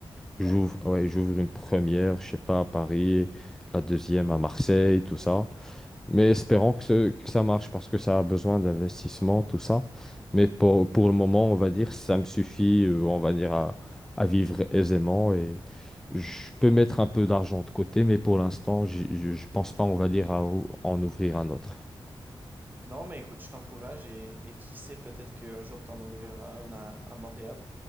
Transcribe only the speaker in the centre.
J'ouvre, ouais, j'ouvre une première, je sais pas, à Paris, la deuxième à Marseille, tout ça. Mais espérons que, ce- que ça marche parce que ça a besoin d'investissement, tout ça. Mais pour, pour le moment, on va dire, ça me suffit, euh, on va dire, à, à vivre aisément et je peux mettre un peu d'argent de côté, mais pour l'instant, j- je je pense pas, on va dire, à ou- en ouvrir un autre.